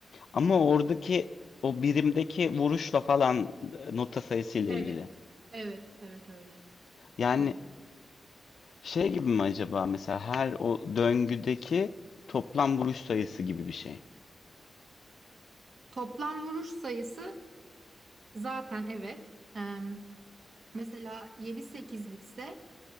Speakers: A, on the left; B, on the right.
A: Ama oradaki o birimdeki vuruşla falan e, nota sayısıyla
B: Evet,
A: ilgili.
B: evet, evet öyle,
A: Yani
B: öyle.
A: Şey gibi mi acaba mesela her o döngüdeki toplam vuruş sayısı gibi bir şey.
B: Toplam vuruş sayısı zaten evet. Em, mesela yedi sekizlikse